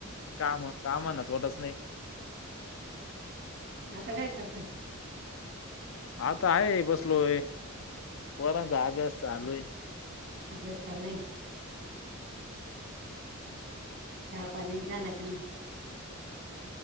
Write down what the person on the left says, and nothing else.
काम काम नावटच नाही
आता आहे बसलो पर्यंत अभ्यास चालू आहे